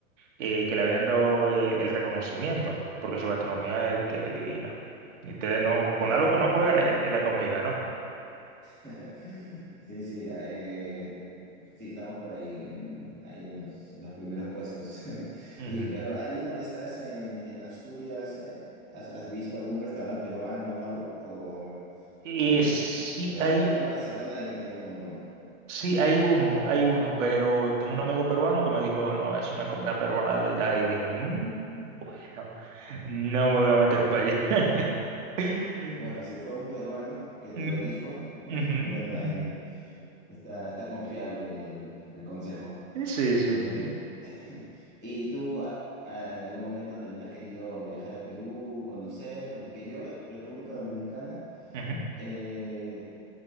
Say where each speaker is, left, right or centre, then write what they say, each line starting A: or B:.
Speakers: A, on the right; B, in the centre.
A: eh, que le habían dado eh, el reconocimiento, porque su gastronomía es de que divina. Y ustedes no, con
B: Sí, está,
A: algo que no
B: está
A: juegan
B: por ahí.
A: es, es la comida, ¿no?
B: <laughs> Sí, sí, eh, sí, estamos por ahí, en, ahí en los, en los primeros puestos. <laughs>
A: Ujú.
B: Y, pero ahí donde estás en, en Asturias, eh, ¿has, has visto algún restaurante peruano o algo? ¿O,
A: Y
B: o no?
A: sí,
B: Porque
A: hay,
B: a- acá en Barcelona hay, hay un montón.
A: Sí, hay uno, hay uno, pero tengo un amigo peruano que me dijo, no, es una comida peruana de verdad. Y dije, "Mm, bueno, no me voy a meter para allá. <laughs>
B: Bueno, si fue un peruano que te
A: Mm,
B: lo dijo, bueno,
A: ujú,
B: bueno,
A: mm.
B: ahí está, está confiable el, el consejo.
A: Sí, sí.
B: Eh, <laughs> ¿y tú has- ah, en algún momento también has querido viajar a Perú, conocer? Porque yo, República Dominicana,
A: Ujú.
B: eh,